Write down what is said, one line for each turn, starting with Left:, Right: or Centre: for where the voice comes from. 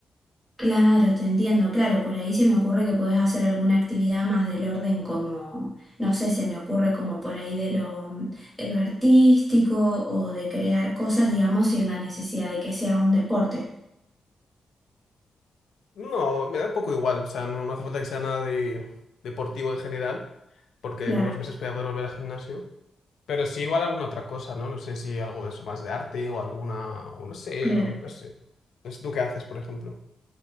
Centre: Claro, te entiendo, claro, por ahí se me ocurre que podés hacer alguna actividad más del orden como, no sé, se me ocurre como por ahí de lo, de lo artístico o de crear cosas, digamos, sin la necesidad de que sea un deporte.
Left: No, me da un poco igual, o sea, no, no hace falta que sea nada de deportivo en general porque
Centre: Claro,
Left: en unos meses voy a poder volver al gimnasio, pero sí igual alguna otra cosa, ¿no? No sé si algo de eso más de arte o alguna, o no sé,
Centre: claro.
Left: no, no sé. No sé, ¿tú qué haces, por ejemplo?